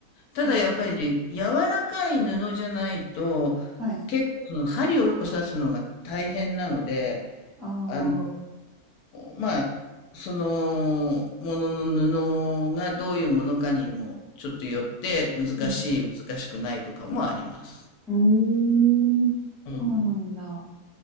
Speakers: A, on the left; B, in the centre.
A: ただ、
B: え、
A: やっぱりね、柔らかい布じゃないと、
B: はい。
A: 結構、その針を刺すのが大変なので、
B: あ
A: あの、
B: あ。
A: まあ、そのものの布がどういうものかにもちょっとよって難しい、
B: うん。
A: 難しくないとかもあります。
B: うーんそうなんだ。
A: うん。